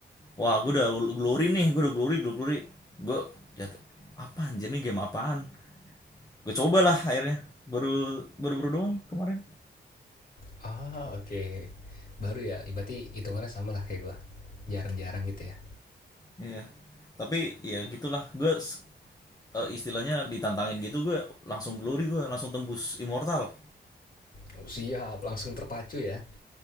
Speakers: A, on the left; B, on the left.
A: wah gue udah glory nih, gue udah glory, glory. Gue ya apa anjir nih game apaan? Gue cobalah akhirnya. Baru baru baru doang kemarin.
B: Ah, oke. Okay. Baru ya, berarti hitungannya sama lah kayak gua. Jarang-jarang gitu ya.
A: Iya. Tapi ya gitulah. Gue s- eh, istilahnya ditantangin gitu gue langsung glory gue langsung tembus immortal.
B: Oh, siap, langsung terpacu ya.